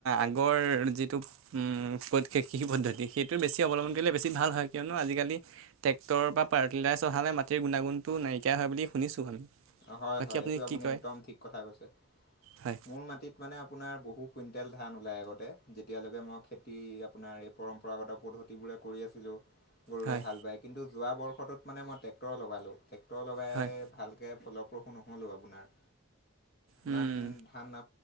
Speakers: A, on the right (about 70°); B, on the left (about 45°).
A: আগৰ যিটো উম, কৃষি পদ্ধতি সেইটো বেছি অৱলম্বন কৰিলে বেছি ভাল হয় কিয়নো আজিকালি ট্ৰেক্টৰ বা পাৱাৰ টিলাৰ চহালে মাটিৰ গুণাগুণটো নাইকিয়া হয় বুলি শুনিছোঁ আমি।
B: হয়
A: বাকী
B: হয় এইটো আপুনি
A: কি কয়
B: একদম ঠিক কথা কৈছে।
A: হয়
B: মোৰ মাটিত মানে আপোনাৰ বহু কুইণ্টেল ধান ওলায় আগতে, যেতিয়ালৈকে মই খেতি আপোনাৰ এই পৰম্পৰাগত পদ্ধতিবোৰে কৰি আছিলোঁ। গৰুৰে
A: হয়
B: হাল বায় কিন্তু যোৱা বৰ্ষটোত মানে মই ট্ৰেক্টৰ লগালোঁ, ট্ৰেক্টৰ লগাই
A: হয়
B: ভালকে ফলপ্ৰসূ নহ'লো আপোনাৰ।
A: উম,
B: ইমান ধান